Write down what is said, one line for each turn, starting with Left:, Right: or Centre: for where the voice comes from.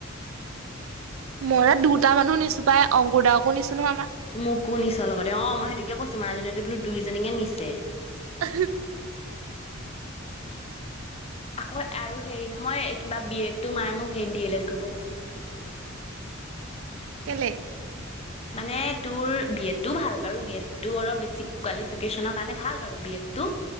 Right: মই দুটা মানুহ নিছো পাই অংকুৰ দাৰকো নিছো নহয় আমাৰ
Left: মোকো নিছ লগতে অ মই সেইটোকে কৈছো মাৰজনীয়ে যে বোলো দুইজনীকে নিছে
Right: উ
Left: আকৌ আৰু হেৰি মই কিবা বি এডটো মায়ে মোক সেই বি এল এড কৰিব কৈছে
Right: কেলে
Left: মানে তোৰ বিএডটো ভাল বাৰু বি এড অলপ বেছ কোৱিফিকেশ কাৰণে ভাল বাৰু বি এডটো